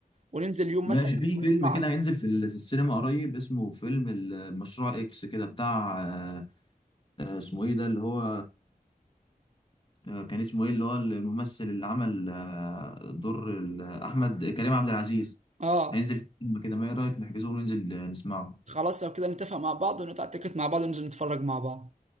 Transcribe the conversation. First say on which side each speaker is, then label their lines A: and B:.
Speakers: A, on the right; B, on the left.
A: وننزل يوم
B: ماشي
A: مثلا
B: في
A: ونقطع
B: فيلم كده
A: التيكت.
B: هينزل في ال- في السينما قريب اسمه فيلم ال- المشروع اكس كده بتاع آه، آه، اسمه ايه ده اللي هو آه، كان اسمه ايه اللي هو الممثل اللي عمل آه، دور ال- احمد كريم عبد العزيز
A: اه
B: هينزل فيلم كده ما ايه رايك نحجزه وننزل آه، نسمعه
A: خلاص لو كده نتفق مع بعض ونقطع التيكت مع بعض وننزل نتفرج مع بعض